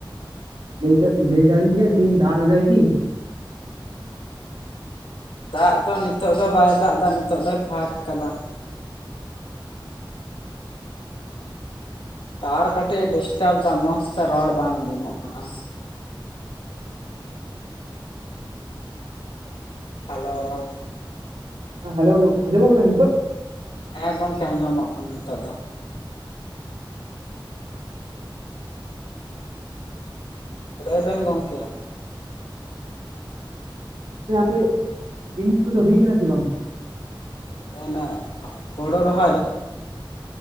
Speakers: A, on the right; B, on the left.
A: ᱞᱟᱹᱭ ᱞᱟᱹᱭ ᱫᱟᱞᱤᱧ ᱡᱮ ᱛᱮᱦᱤᱧ ᱫᱟᱜ ᱞᱮᱫᱟᱭ ᱠᱤ?
B: ᱫᱟᱜ ᱫᱚ ᱱᱤᱛᱚᱜ ᱫᱚ ᱵᱟᱭ ᱫᱟᱜ ᱮᱫᱟ ᱱᱤᱛᱚᱜ ᱫᱚᱭ ᱯᱷᱟᱠ ᱟᱠᱟᱫᱟ᱾ ᱴᱟᱣᱟᱨ ᱠᱟᱹᱴᱤᱡᱮ ᱰᱤᱥᱴᱟᱯ ᱫᱚ ᱢᱚᱡᱽ ᱛᱮ ᱨᱚᱲ ᱠᱟᱱᱟ ᱟᱡᱚᱢᱚᱜ ᱠᱟᱱᱟ ᱾ ᱦᱮᱞᱳ
A: ᱦᱮ ᱸᱦᱮᱞᱳ ᱟᱡᱚᱢᱚᱜ ᱠᱟᱱᱟ ᱱᱤᱛᱳᱜ?
B: ᱦᱮᱸ ᱜᱚᱝᱠᱮ ᱟᱡᱚᱢᱚᱜ ᱠᱟᱱᱟ ᱱᱤᱛᱳᱜ ᱫᱚ᱾ ᱞᱟᱹᱭ ᱵᱮᱱ ᱜᱚᱝᱠᱮ?
A: ᱟᱯᱮ ᱯᱤᱱᱤᱰ ᱠᱚᱫᱚ ᱦᱩᱭ ᱟᱠᱟᱱᱟ ᱥᱮ ᱵᱟᱝ?
B: ᱚᱱᱮ ᱦᱳᱲᱳ ᱨᱚᱦᱳᱭ?